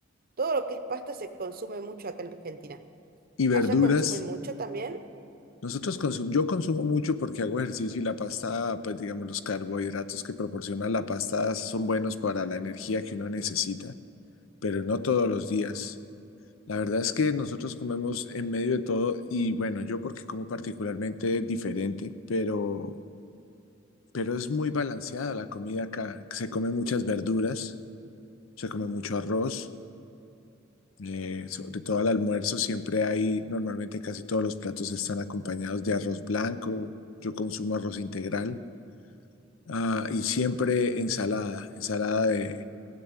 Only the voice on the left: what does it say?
¿Y verduras?
Nosotros consum- yo consumo mucho porque hago ejercicio y la pasta, pues digamos, los carbohidratos que proporciona la pasta son buenos para la energía que uno necesita, pero no todos los días. La verdad es que nosotros comemos en medio de todo y bueno, yo porque como particularmente diferente, pero, pero es muy balanceada la comida acá. Se come muchas verduras, se come mucho arroz. Eh, sobre todo al almuerzo siempre hay, normalmente casi todos los platos están acompañados de arroz blanco, yo consumo arroz integral, ah, y siempre ensalada, ensalada de,